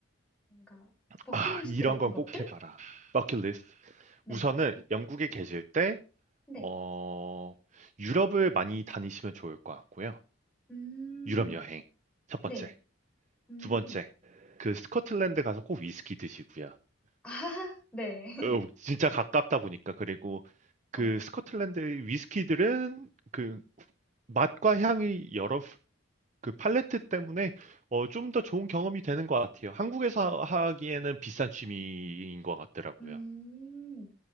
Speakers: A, in the centre; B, on the right.
A: 뭔가 버킷리스트
B: 아, 이런
A: 같은
B: 건
A: 것들?
B: 꼭 해봐라. 버킷리스트.
A: 네.
B: 우선은 영국에 계실 때,
A: 네.
B: 어, 유럽을 많이 다니시면 좋을 것 같고요.
A: 음.
B: 유럽 여행. 첫
A: 네.
B: 번째.
A: 음.
B: 두 번째. 그 스코틀랜드 가서 꼭 위스키 드시고요.
A: 아하. 네. <laughs>
B: 어, 진짜 가깝다 보니까. 그리고 그
A: 어.
B: 스코틀랜드 위스키들은 그 맛과 향이 여러 그 팔레트 때문에 어, 좀 더 좋은 경험이 되는 것 같아요. 한국에서 하기에는 비싼 취미인 것 같더라고요.
A: 음.